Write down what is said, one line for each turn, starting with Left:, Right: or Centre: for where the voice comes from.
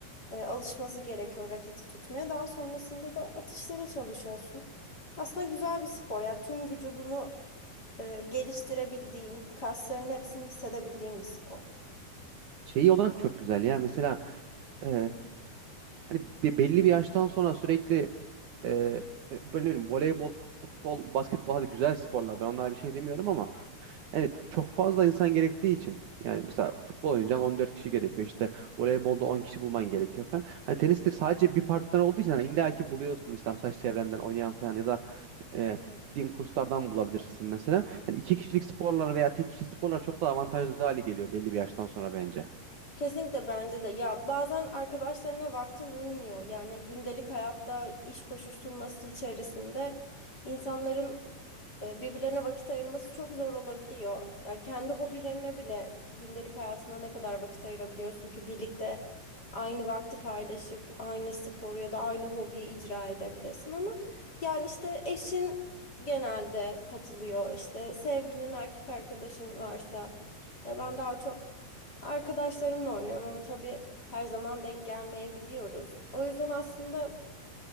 Left: e, alışması gerekiyor raketi tutmaya. Daha sonrasında da atışlara çalışıyorsun. Aslında güzel bir spor ya. Tüm vücudunu e, geliştirebildiğin, kaslarının hepsini hissedebildiğin bir spor.
Right: şeyi olarak çok güzel ya. Mesela e, hani be- belli bir yaştan sonra sürekli e, böyle böyle ne bileyim voleybol, futbol, basketbol hadi güzel sporlar. Ben onlara bir şey demiyorum ama yani çok fazla insan gerektiği için yani mesela futbol oynayacaksın 14 kişi gerekiyor. İşte voleybolda 10 kişi bulman gerekiyor falan. Hani teniste sadece bir partner olduğu için hani illa ki buluyorsun işte arkadaş çevrenden oynayan falan ya da e, gittiğin kurslardan bulabilirsin mesela. Hani iki kişilik sporlar veya tek kişilik sporlar çok daha avantajlı hale geliyor belli bir yaştan sonra bence.
Left: Kesinlikle bence de. Ya bazen arkadaşlarına vaktin uymuyor. Yani gündelik hayatta iş koşuşturması içerisinde insanların e, birbirlerine vakit ayırması çok zor olabiliyor. Ya kendi hobilerine bile gündelik hayatına ne kadar vakit ayırabiliyorsun ki birlikte aynı vakti paylaşıp aynı sporu ya da aynı hobiyi icra edebilesin ama yani işte eşin genelde katılıyor. İşte sevgilinin erkek arkadaşın varsa ya ben daha çok Arkadaşlarımla oynuyorum ama tabii her zaman denk gelmeyebiliyoruz. O yüzden aslında